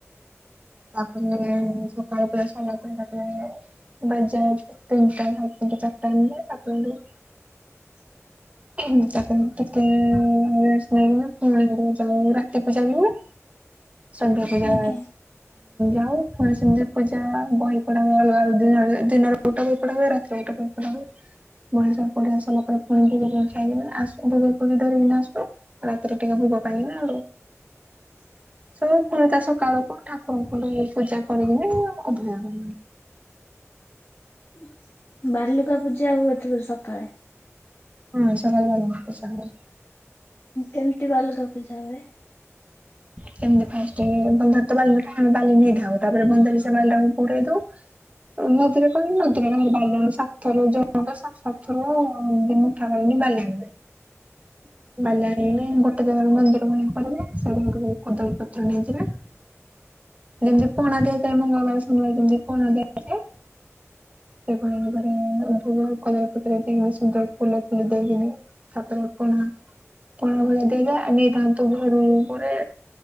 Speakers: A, on the right; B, on the left.
A: ତାପରେ ସକାଳ ପ ସକାଳେ ତାେ ବଜାନିଟା ଚାରିଟା ହେଲେ ତାକୁ ହେଲେ
B: <inaudible>
A: ହୁଁ ତା ଟିକେ ରେଷ୍ଟ ନେଇ ପୁଣି ଯାଉ ରାତି ପୂଜା ବି ହୁଏ। ସନ୍ଧ୍ୟା ପୂଜା
B: ଆଜ୍ଞା।
A: ଯାଉ ଗଣେଶମତି ପୂଜା ବହି ପଢାବେ ଅଲଗା ଦ ଦିନରେ ଗୋଟେ ବହି ପଢାବେ ରାତିରେ ଗୋଟେ ମ ପସ ଫୁଣି ଆ ଭୋଗକୁ ବି ଧରିକିନା ଆସୁ ରାତିରେ ଟିକେ ଭୋଗ ପାଇଁନା
B: <inaudible>
A: ସବୁ ପୁଣିଟ ସକାଳକୁ ଠାକୁରଙ୍କୁ ପୂଜା କରି ଅଭୟାରଣ
B: <inaudible> ବାଲୁକା ପୂଜା ହୁଏଥପ ସକାଳେ
A: ହଁ ସକାଳେ ବାଲୁକା ପୂଜା ହୁଏ।
B: କେମିତି ବାଲୁକା ପୂଜା ହୁଏ?
A: ସେମତି ଫାଷ୍ଟ ବନ୍ଧ ତ ବାଲି ଆମେ ବାଲି ନେଇଥାଉ ତାପରେ ବନ୍ଧ ବି ସେ ବାଲିଟାକୁ ପୁଡେଇ ଦଉ। ନଦୀରେ କହିଲ ନଦୀର ବାଲି ସାତଥର ଜଣଟା ସାତଥର ମୁଠା କି <unintelligible>
B: <inaudible>
A: ବାଲି ଆଣଲେ ଗୋଟେ ଜାଗାରେ ମନ୍ଦିର ଭ କରିବ ସେ ଓ କୋଦଳୀପତ୍ର ନେଇଯିବ
B: <inaudible>
A: ଯେମତି ପଣାଦେଇଥା ମଙ୍ଗଳବାର ସୁନିବାରମ ପନା ଦେଇ
B: <inaudible>
A: ସେଭଳି ଭରେ ଭୋଗ କଦଳୀ ପତ୍ରର ଦେଇି ସୁନ୍ଦର ଫୁଲ ଫୁଲି ଦେଇକିନି ତାପରେ ଆପଣ ପ ଦେଲେ ନିର୍ଦ୍ଧନ୍ତ ଭରୁ ଉପରେ